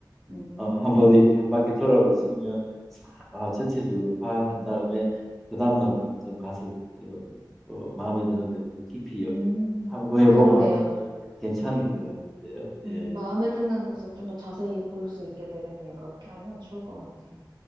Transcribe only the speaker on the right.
음,
음,
그러네요.
음,
마음에 드는 곳을 좀 더 자세히 볼 수 있게 되겠네요. 그렇게 하면 좋을 것 같아요.